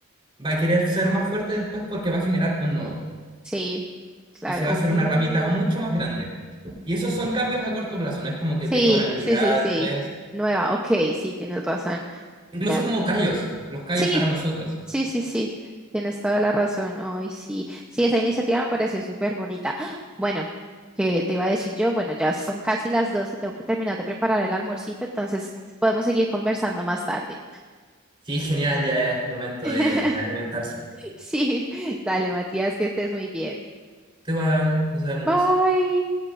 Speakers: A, on the right; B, in the centre.
A: va a querer ser más fuerte después porque va a generar un nodo
B: Sí. Claro.
A: y se va
B: Oh.
A: a hacer una ramita mucho más grande. Y esos son cambios a corto plazo, no es como que
B: Sí,
A: tenga una habilidad
B: sí, sí, sí.
A: después.
B: Nueva, ok, sí, tienes razón.
A: Incluso
B: Vea-
A: como callos, los callos
B: Sí,
A: para nosotros.
B: sí, sí, sí. Tienes toda la razón. Ay, sí. Sí, esa iniciativa me pareció súper bonita. ¡Ah! Bueno, qué te iba a decir yo, bueno, ya son casi las 12, tengo que terminar de preparar el almuercito, entonces podemos seguir conversando más tarde.
A: Sí, genial, ya es momento
B: <laughs>
A: de alimentarse.
B: Sí, dale, Matías, que estés muy bien.
A: Tú igual, nos vemos.
B: Bye.
A: Bye.